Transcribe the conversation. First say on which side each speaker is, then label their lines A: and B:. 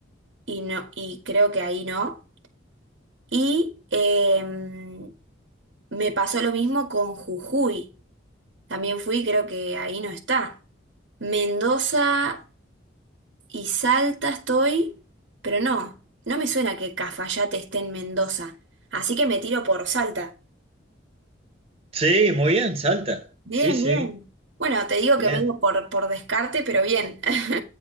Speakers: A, on the right; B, on the right.
A: y no, y creo que ahí no. Y em, me pasó lo mismo con Jujuy. También fui, creo que ahí no está. Mendoza y Salta estoy, pero no, no me suena que Cafayate esté en Mendoza. Así que me tiro por Salta.
B: Sí, muy bien, Salta.
A: Bien,
B: Sí, sí,
A: bien. Bueno, te digo
B: bien.
A: que me digo por, por descarte, pero bien. <laughs>